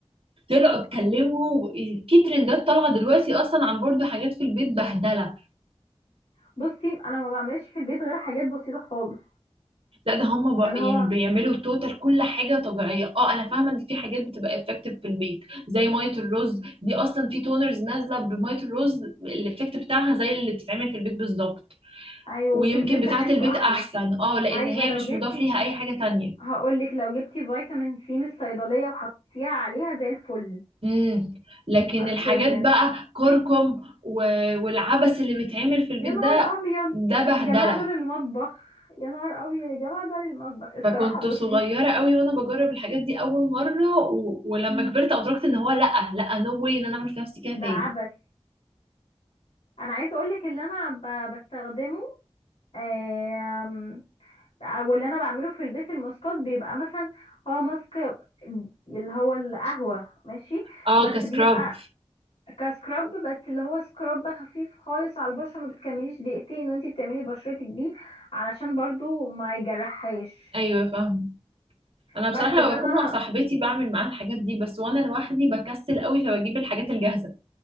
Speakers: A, on the right; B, on the left.
A: طلعوا اتكلموا و- في ترندات طالعة دلوقتي اصلا عن برضو حاجات في البيت بهدلة
B: بصي انا ما بعملش في البيت غير حاجات بسيطه خالص
A: لا ده هم بق...
B: اللي
A: يعني
B: هو
A: بيعملوا توتال كل حاجه طبيعيه اه انا فاهمه ان في حاجات بتبقى افكتيف في البيت زي ميه الرز دي اصلا في تونرز نازله بميه الرز الافكت بتاعها زي اللي بتتعمل في البيت بالظبط
B: ايوه
A: ويمكن
B: في البيت بحسه
A: بتاعه البيت
B: احلى
A: احسن اه لان
B: ايوه
A: هي
B: لو
A: مش
B: جبتي
A: مضاف ليها اي حاجه تانية
B: هقولك لو جبتي فيتامين سي من الصيدليه وحطيتيها عليها زي الفل
A: امم لكن
B: حرفيا
A: الحاجات بقى كركم و... والعبس اللي بيتعمل في البيت
B: يا نهار
A: ده
B: ابيض
A: ده بهدله
B: يا جماعه ده للمطبخ يا نهار ابيض يا جماعه ده للمطبخ الصراحه
A: فكنت
B: بصي
A: صغيرة قوي وانا بجرب الحاجات دي اول مرة و... ولما
B: مم.
A: كبرت ادركت ان هو لا لا نو واي ان انا اعمل في نفسي كده
B: ده
A: تاني
B: عبث انا عايزه اقولك اللي انا ب- بستخدمه آم، واللي انا بعمله في البيت الماسكات بيبقى مثلا هو ماسك اللي هو القهوة ماشي
A: اه
B: بس
A: كسكراب
B: بيبقى كسكراب بس اللي هو سكراب خفيف خالص على البشرة ما بتكمليش دقيقتين وانتي بتعملي بشرتك بيه علشان برضو ما يجرحهاش
A: ايوه فاهم انا
B: بس
A: بصراحة
B: ده
A: لما
B: اللي
A: بكون
B: انا
A: مع صاحبتي بعمل معاها الحاجات دي بس وانا لوحدي بكسل قوي فبجيب الحاجات الجاهزة